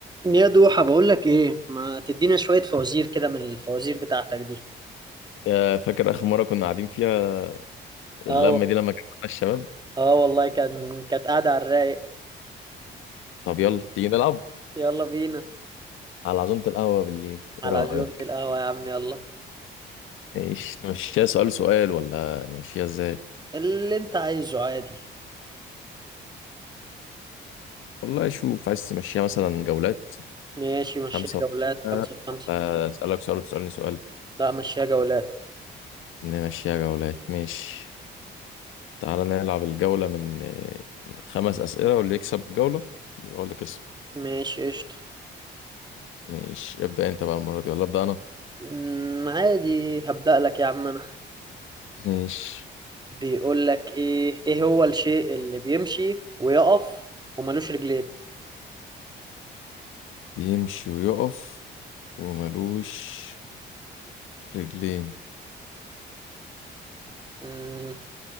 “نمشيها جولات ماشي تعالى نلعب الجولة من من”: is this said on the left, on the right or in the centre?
Left